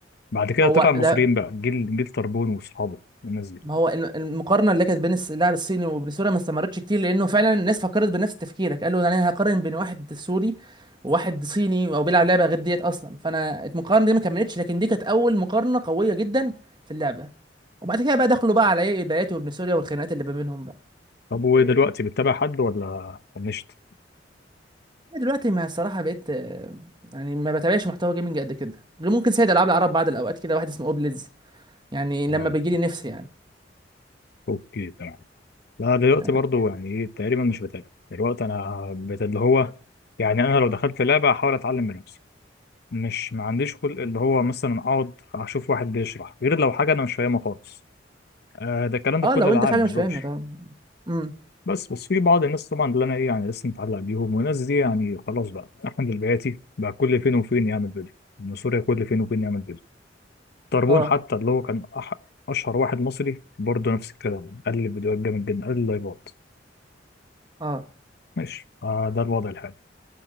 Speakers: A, on the left (about 60°); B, on the right (about 25°).
A: بعد كده
B: هو
A: طلع المصريين
B: لا
A: بقى جيل جيل طربون واصحابه الناس دي
B: ما هو الم- المقارنة اللي كانت بين الس- اللاعب الصيني وبين سوريا ما استمرتش كتير لأنه فعلا الناس فكرت بنفس تفكيرك قالوا أنا هقارن بين واحد سوري وواحد صيني أو بيلعب لعبة غير ديت أصلا فأنا المقارنة دي ما كملتش لكن دي كانت أول مقارنة قوية جدا في اللعبة وبعد كده بقى دخلوا بقى على ايه البيات وابن سوريا والخناقات اللي ما بينهم بقى.
A: طب ودلوقتي بتتابع حد ولا فنشت
B: دلوقتي ما الصراحه بقيت آه، يعني ما بتابعش محتوى جيمنج قد كده غير ممكن سيد العاب العرب بعض الاوقات كده واحد اسمه اوبليدز يعني
A: تمام
B: لما بيجي لي نفسي يعني
A: اوكي تمام لا دلوقتي
B: تمام
A: برضو يعني ايه تقريبا مش بتابع دلوقتي انا بت- اللي هو يعني انا لو دخلت لعبه احاول اتعلم من نفسي مش ما عنديش خلق اللي هو مثلا اقعد اشوف واحد بيشرح غير لو حاجه انا مش فاهمها خالص آه ده الكلام ده
B: اه
A: في كل
B: لو
A: الالعاب
B: انت في حاجه
A: مش
B: مش
A: ببجي
B: فاهمها طبعا امم
A: بس بس في بعض الناس طبعا اللي انا ايه يعني لسه متعلق بيهم والناس دي يعني خلاص بقى احمد البياتي بقى كل فين وفين يعمل فيديو من سوريا كل فين وفين يعمل فيديو طربون
B: اه
A: حتى اللي هو كان أح اشهر واحد مصري برضه نفس الكلام قال لي فيديوهات جامد جدا قال لي لايفات
B: اه
A: ماشي آه ده الوضع الحالي